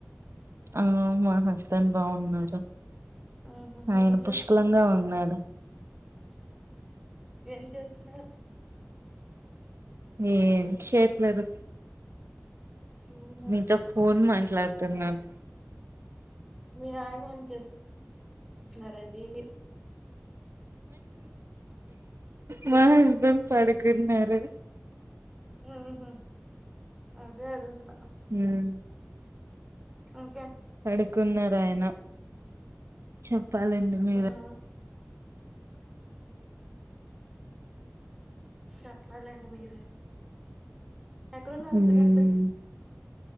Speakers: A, on the right (about 60°); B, in the centre.
A: ఆ మా హస్బెండ్ బాగున్నారు
B: ఆహా
A: ఆయన
B: ఏం చేస్తున్నారు
A: పుష్కలంగా ఉన్నాడు
B: ఏం చేస్తున్నారు
A: ఎమ్ చేయట్లేదు
B: మ్మ్
A: మీతో ఫోన్ మ లాతున్నాను
B: మీ ఆయన ఏం చేస్తస్తున్నారండి
A: మా హస్బెండ్ పడకున్నారు
B: మ్ హు అదే అడుగుదతున్నా
A: ఉమ్
B: ఓ
A: పడుకున్నారు ఆయన చెప్పాలండి మీరే
B: మ్మ్ చెప్పాలండి మీరే ఎక్కడున్నారు
A: ఉమ్
B: ప్రజెంట్